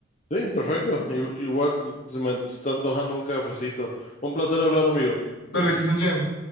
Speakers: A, on the left; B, on the left.
A: Sí, perfecto. I- Igual se me está antojando un cafecito. Un placer hablar, amigo.
B: Dale, que estés bien.